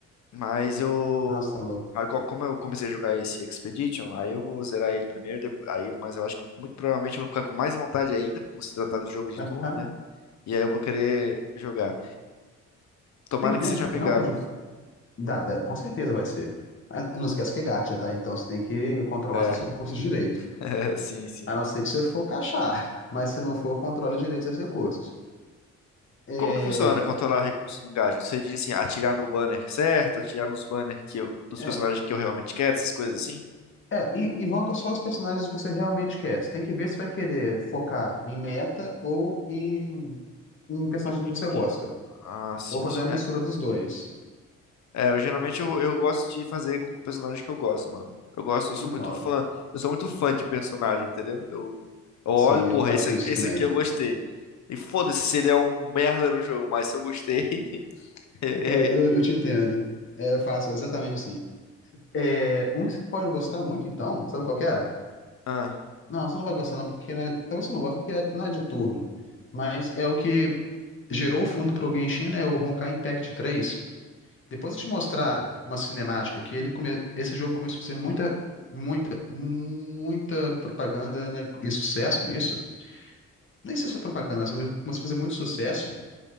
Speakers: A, on the left (about 65°); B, on the left (about 40°).
A: Mas eu.
B: nossa, Lô.
A: Aí, co- como eu comecei a jogar esse Expedition, aí eu vou zerar ele primeiro. depo- Aí, mas eu acho que muito provavelmente eu vou ficar com mais vontade ainda, por se tratar de jogo de
B: Ah,
A: turno, né? E aí eu vou querer jogar. Tomara
B: tem
A: que
B: um
A: seja
B: que
A: amigável.
B: não é de. Dá, dá, com certeza vai ser. Ah, Não esquece que é gacha, tá? Então você tem que controlar
A: É,
B: seus recursos direito.
A: <laughs> sim, sim.
B: A não ser que você for cachar, <laughs> mas se não for, controle direito seus recursos. É,
A: Como que funciona controlar recursos no Engadget? Você diz assim, atirar no banner certo, atirar nos banners que eu- dos
B: é,
A: personagens que eu realmente quero, essas coisas assim?
B: é, in- invoca só os personagens que você realmente quer. Você tem que ver se vai querer focar em meta ou em, em um personagem
A: Hum, hum,
B: que você gosta.
A: hum. Ah, sim,
B: Ou fazer
A: sim.
B: uma mistura dos dois.
A: É, é, eu geralmente eu, eu gosto de fazer com personagens que eu gosto, mano. Eu gosto, eu sou
B: Então,
A: muito fã, eu sou muito fã de personagem, entendeu? Eu, eu olho,
B: sim,
A: porra,
B: eu faço
A: esse aqui,
B: isso
A: esse
B: também.
A: aqui eu gostei. E foda-se se ele é um merda no jogo, mas se eu gostei. <laughs>
B: É, eu, eu te entendo. É, eu faço exatamente assim. É, um que você pode gostar muito, então, sabe qual que é?
A: Ah,
B: Não, você não vai gostar não, porque não é- talvez você não goste porque não é de turno. Mas é o que gerou o fundo para o Genshin, né? O Honkai Impact três. Depois eu te mostrar uma cinemática que ele come... esse jogo começou a fazer muita, muita, muita propaganda, né? E sucesso nisso. Nem sei se foi propaganda, mas ele começou a fazer muito sucesso